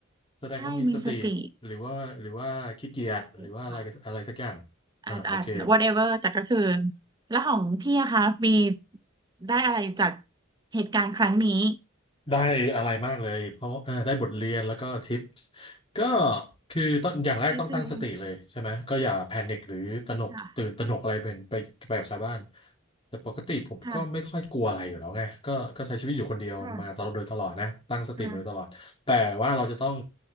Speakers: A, on the left; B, on the right.
A: แสดงว่ามีสติ
B: ใช่มีสติ
A: หรือว่าหรือว่าขี้เกียจหรือว่าอะไรอะไรสักอย่าง
B: ถูกค่ะ
A: อ่าโอเค
B: อาจอาจ whatever แต่ก็คือแล้วของพี่อะคะมีได้อะไรจากเหตุการณ์ครั้งนี้
A: ได้อะไรมากเลยเพราะเอ่อได้บทเรียนแล้วก็ทิปส์ก็คือต้องอย่างแรกต้องตั้งสติเลยใช่ไหมก็อย่าแพนิคหรือตระหนกตื่นตระหนกอะไรเป็นไปไปกับชาวบ้าน
B: ก็คือค่ะ
A: แต่ปกติผมก็ไม่ค่อยกลัวอะไรอยู่แล้วไงก็ก็ใช้ชีวิตอยู่คนเดียวมาตลอดโดยตลอดนะตั้งสติมาโดยตลอดแต่ว่าเราจะต้อง
B: ค่ะค่ะค่ะ